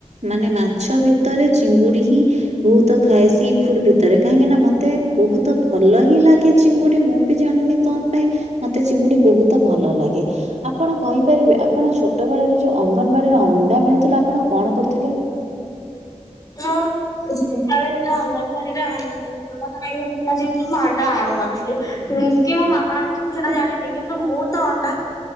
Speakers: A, on the right; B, on the left.
A: ମାନେ ମାଛ ଭିତରେ ଚିଙ୍ଗୁଡି ହିଁ ବହୁତ ଖାଏ ସି ଫୁଡ ଭିତରେ କାହିଁକି ନା ମତେ ବହୁତ ଭଲ ହିଁ ଲାଗେ ଚିଙ୍ଗୁଡି ମୁଁ ବି ଜାଣିନି କଣ ପାଇଁ ମତେ ଚିଙ୍ଗୁଡି ବହୁତ ଭଲ ଲାଗେ। ଆପଣ କହିପାରିବେ ଆପଣ ଛୋଟ ବେଳରେ ଯୋଉ ଅଙ୍ଗନବାଡିରେ ଅଣ୍ଡା ମିଳୁଥିଲା ଆପଣ କଣ କରୁଥିଲେ?
B: ହଁ। ଆ ସକାଳେ ଅଙ୍ଗନବାଡିରେ ଆଣ୍ଡା ଆମରାଇ ଯିବ ତ ଅଣ୍ଡା ଆଣୁନନ୍ତି। ସେ କି ମୋ ମାମା ଆଣିଥିବ ତ ମୁଁ ସେଟା ଜାଣିନି କିନ୍ତୁ ମୁଁ ତ ଅଣ୍ଡା